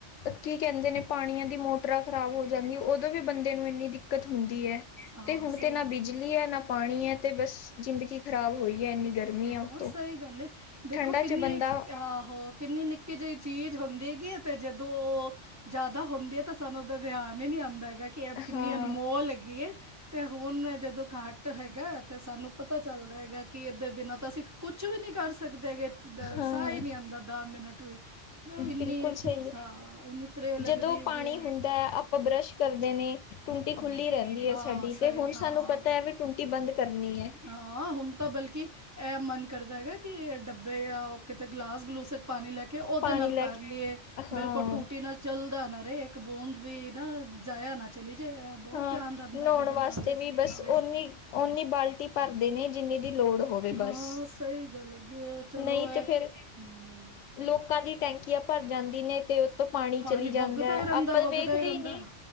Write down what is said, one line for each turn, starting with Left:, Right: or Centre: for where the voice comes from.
Left: ਕੀ ਕੈਂਦੇ ਨੇ, ਪਾਣੀਆਂ ਦੀ ਮੋਟਰਾਂ ਖਰਾਬ ਹੋ ਜਾਂਦੀਆਂ ਓਦੋਂ ਵੀ ਬੰਦੇ ਨੂੰ ਏਨੀ ਦੀ ਦਿੱਕਤ ਹੁੰਦੀ ਐ
Right: ਹਾਂ
Left: ਤੇ ਹੁਣ
Right: ਸਹੀ
Left: ਤੇ ਨਾ ਬਿਜਲੀ ਐ ਨਾ ਪਾਨੀ ਐ ਤੇ ਬਸ ਜ਼ਿੰਦਗੀ ਖ਼ਰਾਬ ਹੋਈ ਐ ਇੰਨੀ ਗਰਮੀ
Right: ਹਾਂ
Left: ਐ ਉਤੋਂ
Right: ਸਹੀ ਗੱਲ ਹੈ ਦੇਖੋ
Left: ਠੰਡਾ ਚ
Right: ਕਿੰਨੀ
Left: ਬੰਦਾ
Right: ਆਹੋ ਕਿੰਨੀ ਨਿੱਕੀ ਜਈ ਚੀਜ਼ ਹੁੰਦੀ ਐ ਕੇ ਜਦੋਂ ਓ ਤੇ ਜਾਦਾ ਹੁੰਦੀ ਏ ਤਾਂ ਸਾਨੂੰ ਓਦਾ ਧਿਆਨ ਈ ਨੀ ਆਂਦਾ ਹੈਗਾ। ਕਿ ਕਿੰਨੀ
Left: ਹਾਂ,
Right: ਅਨਮੋਲ ਹੈਗੀ ਏ ਤੇ ਹੁਣ ਜਦੋਂ ਕਾਟ ਹੈਗਾ ਤੇ ਸਾਨੂੰ ਪਤਾ ਚੱਲਦਾ ਹੈਗਾ ਕਿ ਇਹਦੇ ਬਿਨਾਂ ਤਾਂ ਅਸੀਂ ਕੁੱਛ ਵੀ ਨੀ ਕਰ ਸਕ ਸਕਦੇ ਹੈਗੇ
Left: ਹਾਂ
Right: ਸਾਹ ਹੀ ਨਈ ਆਂਦਾ ਦਾ ਮਿਨਟ ਵੀ ਵੀ ਉਹ ਇੰਨੀ
Left: ਬਿਲਕੁਲ ਸਈ
Right: ਹਾਂ ਇੰਨੀ ਤ੍ਰੇਹ ਲੱਗਦੀ
Left: ਜਦੋਂ
Right: ਹੈਗੀ
Left: ਪਾਨੀ
Right: ਹੈ।
Left: ਹੁੰਦਾ ਆਪਾਂ ਬਰੱਸ਼ ਕਰਦੇ ਨੇ ਟੁੰਟੀ ਖੁੱਲੀ
Right: ਹੂੰ
Left: ਰੈੰਦੀ ਏ
Right: ਹਾਂ
Left: ਸਾਡੀ
Right: ਸਹੀ
Left: ਤੇ ਹੁਣ
Right: ਹਾਂ।
Left: ਸਾਨੂੰ ਪਤਾ ਵੀ ਟੁੰਟੀ ਬੰਦ ਕਰਨੀ ਏ
Right: ਹਾਂ ਹੁਣ ਤਾਂ ਬਲਕਿ ਐ ਮਨ ਕਰਦਾ ਹੈਗਾ ਕਿ ਡੱਬੇ ਯਾਂ ਕਿਤੇ ਗਲਾਸ-ਗਲੂਸ ਪਾਨੀ ਲੈ ਕੇ ਓਦੇ
Left: ਪਾਣੀ
Right: ਨਾਲ
Left: ਲੈ
Right: ਕਰ
Left: ਕੇ
Right: ਲਈਏ ਬਿਲਕੁਲ
Left: ਹਾਂ
Right: ਟੂਟੀ ਨਾਲ ਚੱਲਦਾ ਨਾ ਰੇ ਇੱਕ ਬੂਂਦ ਵੀ ਨਾ ਜਾਯਾ ਨਾ ਚਲੀ ਜੇ। ਬੋਤ
Left: ਹਾਂ
Right: ਧਿਆਨ ਰੈਂਦਾ
Left: ਨਹਾਉਣ
Right: ਹੈਗਾ ਦਿਮਾਗ
Left: ਵਾਸਤੇ
Right: ਚ
Left: ਵੀ ਬਸ
Right: ਹਾਂ
Left: ਓਨੀ ਓਨੀ ਬਾਲਟੀ ਪਰਦੇ ਨੇ ਜਿੰਨੀ ਦੀ ਲੋੜ ਹੋਵੇ ਬਸ,
Right: ਹਾਂ ਸਹੀ ਗੱਲ ਹੈਗੀ ਹੈ ਚਲੋ
Left: ਨਈ
Right: ਇਹ
Left: ਤੇ ਫੇਰ
Right: ਹੂੰ
Left: ਲੋਕਾਂ ਦੀ ਟੈਂਕੀਆਂ ਪਰ ਜਾਂਦੀ ਨੇ ਤੇ ਉੱਤੋਂ ਪਾਨੀ
Right: ਪਾਣੀ
Left: ਚਲੀ ਜਾਂਦਾ
Right: ਵਗਦਾ
Left: ਹੈ
Right: ਹੀ ਰਹਿੰਦਾ
Left: ਆਪਾਂ ਤਾਂ
Right: ਵਗਦਾ
Left: ਵੇਖਦੇ
Right: ਹੀ ਰਹਿੰਦਾ
Left: ਈ ਨਈ